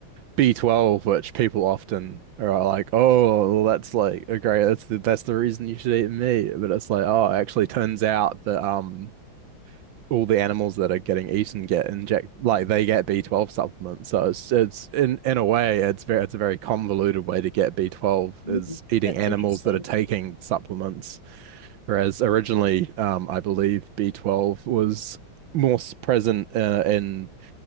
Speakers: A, on the right; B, on the left.
A: B12, which people often are like, oh, well, that's like a great, that's the that's the reason you should eat meat. But it's like, oh, it actually turns out that um all the animals that are getting eaten get inject like they get B12 supplements. So it's it's in in a way it's very it's a very convoluted way to get B12
B: Mm,
A: is eating
B: That's
A: animals
B: interesting.
A: that are taking supplements. Whereas originally, um, I believe B12 was more present uh, in